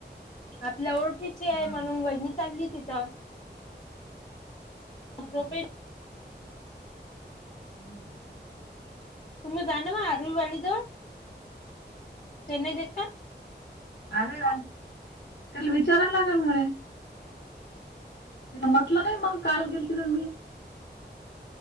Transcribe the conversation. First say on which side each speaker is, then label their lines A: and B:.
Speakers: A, on the left; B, on the left.
A: आपल्या ओळखीची आहे
B: हां.
A: म्हणून वहिनी चालली. तर
B: <unintelligible>
A: प्रोपे
B: <inaudible>
A: तुमही जाणव आरवी वाली जवळ ते नाही देत काय?
B: आर्वी वाली तिले विचारावं लागेल गड्या तिथं म्हटलं नाही मग काल गेल तिथ मी